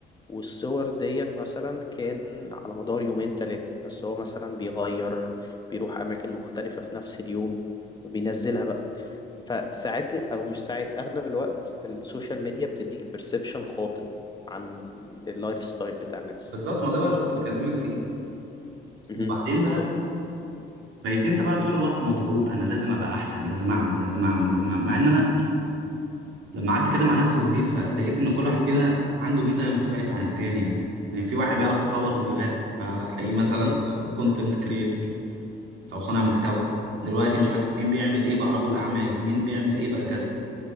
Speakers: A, on the left; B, on the right.
A: والصور ديت مثلا كان على مدار يومين تلاتة بس هو مثلا بيغير بيروح أماكن مختلفة في نفس اليوم وبينزلها بقى فساعات او مش ساعات اغلب الوقت السوشيال ميديا بتديك بيرسبشن خاطئ عن اللايف ستايل بتاع الناس
B: بالظبط ما ده بقى اللي كنت بكلمك فيه
A: مهم.
B: وبعدين
A: بالظبط
B: بقى بقيت انت بقى طول الوقت مضغوط انا لازم ابقى احسن لازم
A: مم.
B: اعمل لازم اعمل لازم اعمل مع ان انا لما قعدت كده مع نفسي وهديت فلقيت ان كل واحد فينا عنده ميزه مختلفه عن التاني يعني يعني في واحد بيعرف يصور فيديوهات فهتلاقيه مثلا
A: مهم.
B: كونتنت كريتور او صانع محتوى دلوقتي
A: بالظبط
B: مش عارف مين بيعمل ايه بقى رجل اعمال مين بيعمل ايه بقى
A: مهم.
B: كذا